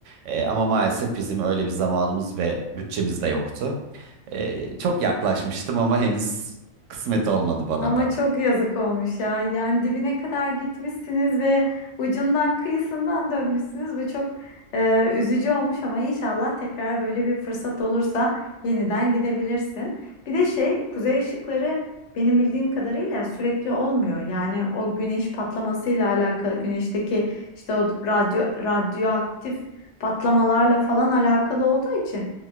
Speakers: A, on the right (about 85°); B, on the left (about 75°).
A: Ee, ama maalesef bizim öyle bir zamanımız ve bütçemiz de yoktu. Ee, çok yaklaşmıştım ama henüz kısmet olmadı bana
B: Ama
A: da.
B: çok yazık olmuş ya. Yani dibine kadar gitmişsiniz ve ucundan kıyısından dönmüşsünüz. Bu çok e, üzücü olmuş ama inşallah tekrar böyle bir fırsat olursa yeniden gidebilirsin. Bir de şey, kuzey ışıkları benim bildiğim kadarıyla sürekli olmuyor. Yani o güneş patlamasıyla alakalı, güneşteki işte o radyo radyoaktif patlamalarla falan alakalı olduğu için